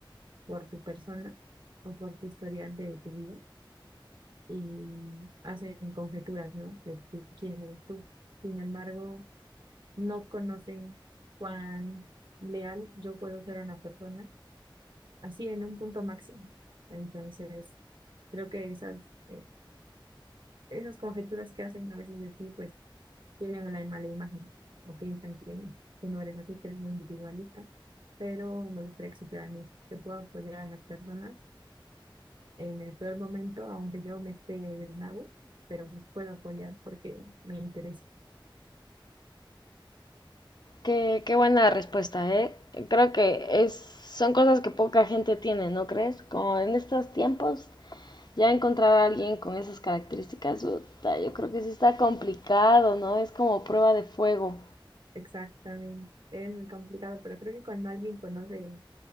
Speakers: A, on the right; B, on the left.
A: por tu persona o por tu historial de tu vida y hacen conjeturas, ¿no? De, de quién eres tú. Sin embargo, no conocen cuán leal yo puedo ser a una persona, así en un punto máximo. Entonces, creo que esas, eh, esas conjeturas que hacen a veces de ti, pues tienen una mala imagen o piensan que, que no eres así, que eres muy individualista, pero me gustaría que supieran eso, que puedo apoyar a las personas en el peor momento, aunque yo me esté del nabo, pero pues puedo apoyar porque me interesa.
B: Qué, qué buena respuesta, ¿eh? Creo que es, son cosas que poca gente tiene, ¿no crees? Como en estos tiempos, ya encontrar a alguien con esas características, puta, yo creo que sí está complicado, ¿no? Es como prueba de fuego.
A: Exactamente, es muy complicado, pero creo que cuando alguien conoce